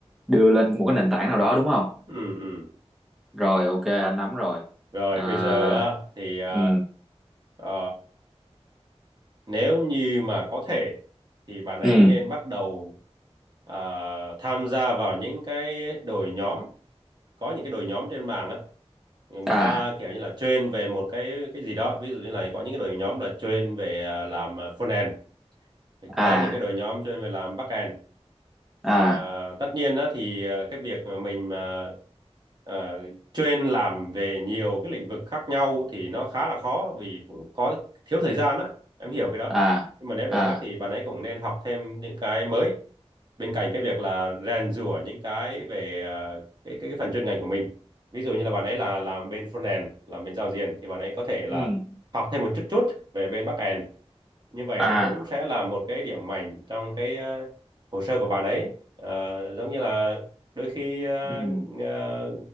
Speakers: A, in the centre; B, on the right.
A: đưa lên một cái nền tảng nào đó đúng không?
B: ừ, ừ.
A: Rồi ok, anh nắm rồi.
B: rồi
A: Ờ,
B: bây giờ á, thì ờ,
A: ừ,
B: ờ, nếu như mà có thể thì bạn ấy
A: ừ,
B: nên bắt đầu ờ, tham gia vào những cái đội nhóm có những cái đội nhóm trên mạng á người
A: à,
B: ta kiểu như là train về một cái cái gì đó ví dụ như là có những cái đội nhóm là train về à, làm à, front end thì có
A: à,
B: những cái đội nhóm train về làm back end
A: à,
B: À, tất nhiên á thì à, cái việc mà mình mà à, train làm về nhiều cái lĩnh vực khác nhau thì nó khá là khó vì cũng có thiếu thời gian á em hiểu cái đó
A: à,
B: nhưng mà nếu được
A: à,
B: á thì bạn ấy cũng nên học thêm những cái mới bên cạnh cái việc là rèn giũa những cái về à, cái, cái cái phần chuyên ngành của mình ví dụ như là bạn ấy là làm bên frontend làm bên giao diện thì bạn ấy có thể
A: ừ.
B: là học thêm một chút chút về bên backend như vậy
A: À,
B: thì cũng sẽ là một cái điểm mạnh trong cái à, hồ sơ của bạn ấy Ờ, giống như là đôi khi à,
A: ừ.
B: à,